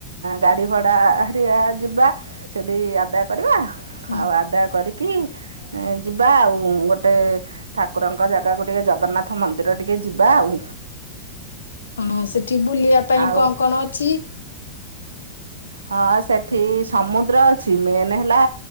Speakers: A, on the right (about 75°); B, on the left (about 70°).
A: ଗାଡି ଭଡାଆ ଯିବା ସେଠିକି ଆଦାୟ କରିବା
B: ହୁଁ।
A: ଆଉ ଆଦାୟ କରିକି ଯିବା ଆଉ ଗୋଟେ ଠାକୁରଙ୍କ ଜାଗାକୁ ଟିକେ ଜଗନ୍ନାଥ ମନ୍ଦିର ଟିକେ ଯିବା ଆଉ
B: ହଁ ସେଠି ଏଠି ବୁଲିବା ପାଇଁ
A: ଆଉ
B: କଣ କଣ ଅଛି।
A: ହଁ ସେଠି ସମୁଦ୍ର ଅଛି ମେନ୍ ହେଲା